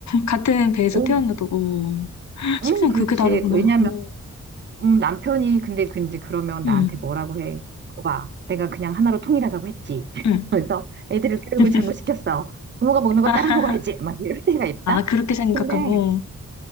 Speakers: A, on the left (about 65°); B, on the right (about 40°).
A: 같은 배에서
B: 없어.
A: 태어나도, 어, 식성
B: 응, 그렇지.
A: 그렇게 다르구나.
B: 왜냐면
A: 어,
B: 음, 남편이 근데 근데 그러면 나한테
A: 응,
B: 뭐라고 해? 오 내가 그냥 하나로 통일하자고 했지. <laughs>
A: 응.
B: 그래서 애들을 교육을
A: <laughs>
B: 잘못 시켰어. 부모가 먹는 거
A: 아,
B: 따라 먹어야지. 막 이럴 때가 있다.
A: 그렇게 생각하면
B: 근데
A: 어,